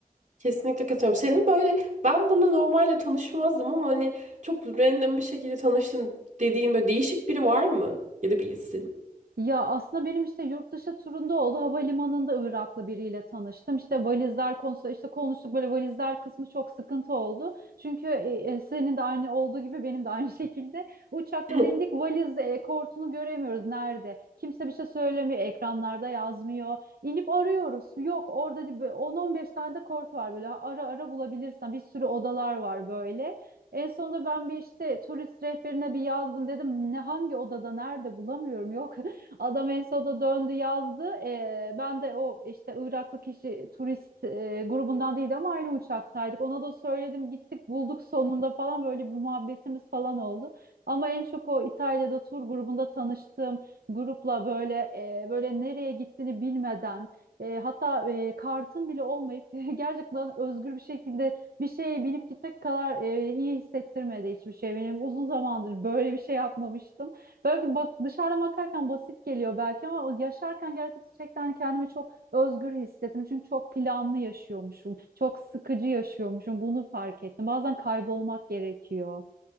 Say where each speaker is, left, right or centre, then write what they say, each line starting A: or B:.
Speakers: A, on the right; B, on the right.
A: Kesinlikle katılıyorum. Senin böyle ben bunu normalde tanışmazdım ama hani çok random bir şekilde tanıştın dediğin böyle değişik biri var mı? Ya da bir isim.
B: Ya aslında benim işte yurt dışı turunda oldu. Havalimanında Iraklı biriyle tanıştım. İşte valizler konusu işte konuştuk böyle valizler kısmı çok sıkıntı oldu. Çünkü e, e, senin de aynı olduğu gibi benim de aynı <laughs> şekilde uçaktan
A: <laughs>
B: indik valiz e, kortunu göremiyoruz nerede. Kimse bir şey söylemiyor. Ekranlarda yazmıyor. İnip arıyoruz. Yok orada değil, böyle 10-15 tane de kort var böyle ara ara bulabilirsen bir sürü odalar var böyle. En sonunda ben bir işte turist rehberine bir yazdım dedim ne hangi odada nerede bulamıyorum <laughs> yok Adam en sonunda döndü yazdı. Ee, ben de o işte Iraklı kişi turist e, grubundan değil ama aynı uçaktaydık. Ona da söyledim gittik bulduk sonunda falan böyle bir muhabbetimiz falan oldu. Ama en çok o İtalya'da tur grubunda tanıştığım grupla böyle e, böyle nereye gittiğini bilmeden e, hatta e, kartın bile olmayıp <laughs> gerçekten özgür bir şekilde bir şeye binip gitmek kadar e, iyi hissettirmedi hiçbir şey. Benim uzun zamandır böyle bir şey yapmamıştım. Belki bak dışarıdan bakarken basit geliyor belki ama yaşarken gerçekten kendimi çok özgür hissettim. Çünkü çok planlı yaşıyormuşum. Çok sıkıcı yaşıyormuşum. Bunu fark ettim. Bazen kaybolmak gerekiyor.